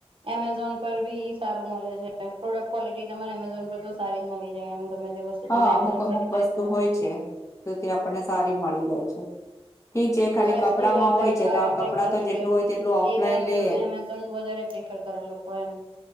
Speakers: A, on the right (about 55°); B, on the left (about 25°).
A: એમેઝોન પર બી સારું મળે છે, પ્રોડક્ટ ક્વોલિટી તમારે એમેઝોન પર તો સારી જ મળી જાય એમ ગમે જે વસ્તુ
B: હા
A: તમે
B: અમુક
A: એમેઝોન
B: અમુક
A: પરથી ખરીદો
B: વસ્તુ
A: ને.
B: હોય છે, તો તે આપણને સારી મળી જાય છે. ઠીક છે ખાલી
A: ફેસ્ટિવલ
B: કપડામાં હોય છે,
A: ફાયર
B: તો આ
A: ક્રેકર
B: કપડાં તો
A: છે
B: જેટલું હોય તેટલું
A: એ
B: ઓફલાઈન
A: ટાઈમે
B: લઈએ
A: બધું વધારે પ્રેફર કરે લોકો એમ